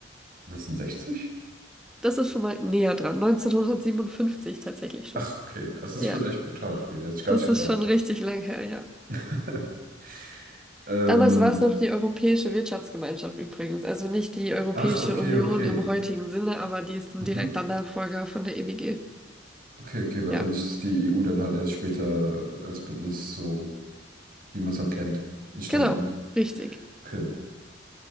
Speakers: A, on the right; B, in the centre.
A: 1960?
B: Das ist schon mal näher dran, 1957 tatsächlich schon.
A: Ach, okay. Das ist
B: Ja,
A: schon echt brutal früh. Hätte ich gar
B: das
A: nicht gedacht.
B: ist schon richtig lang her, ja.
A: <laughs> Ähm,
B: Damals war es noch die Europäische Wirtschaftsgemeinschaft übrigens, also nicht die Europäische
A: ach, okay,
B: Union
A: okay.
B: im heutigen Sinne, aber die ist ein
A: Mhm.
B: direkter Nachfolger von der EWG.
A: Okay, okay. Wahrscheinlich
B: Ja,
A: ist die EU dann halt erst später als Bündnis so, wie man es halt kennt, entstanden.
B: genau, richtig.
A: Okay.